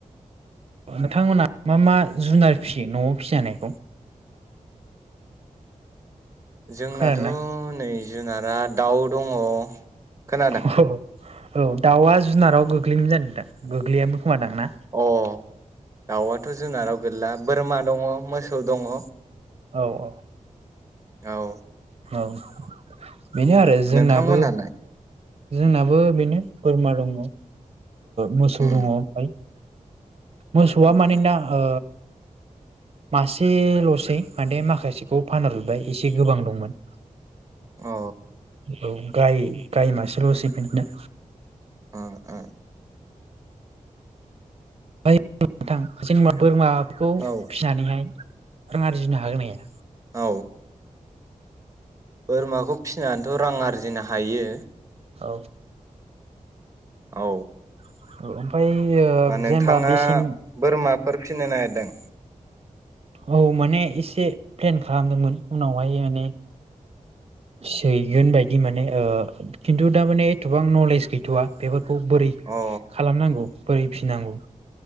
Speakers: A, on the right; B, on the right.
A: नोंथांमोनहा मा मा जुनार फिसियो न'आव फिसिजानायखौ?
B: जोंनाथ'
A: खोनादोंना?
B: नै जुनारा दाउ दङ खोनादों
A: औ औ दाउआ जुनाराव गोग्लैयोमोन जानो दा गोग्लैयामोन खोमादां ना?
B: अ दाउवा थ' जुनाराव गोलैला बोरमा दङ मोसौ दङ
A: औ औ
B: औ
A: औ बेनो आरो जोंनाबो
B: नोंथांमोनालाय
A: जोंनाबो बेनो बोरमा दङ ओ मोसौ
B: उम
A: दङ ओमफ्राय मोसौआ
B: अ
A: मानैना ओ मासेल'सै माने माखासेखौ फानहरजोबबाय एसे गोबां दंमोन
B: अ
A: औ गाय गाय मासेल'सै बिदिनो
B: ओ ओ
A: <inaudible> बोरमा बेखौ
B: औ
A: फिनानैहाय रां आरजिनो हागोन नाया?
B: औ। बोरमाखौ फिसिनानैथ' रां आरजिनो हायो।
A: औ।
B: औ।
A: औ। ओमफ्राय ओ
B: मा नोंथाङा
A: जेनेबा बेसेन
B: बोरमाफोर फिनो नागिरदों? <inaudible>
A: औ माने एसे प्लेन खालामदोंमोन उनावहाय माने फिहैगोन बायदि माने ओ खिन्थु दामाने एथबां नलेज गैथ'वा बेफोर खौ बोरै
B: अ
A: खालामनांगौ। बोरैफिनांगौ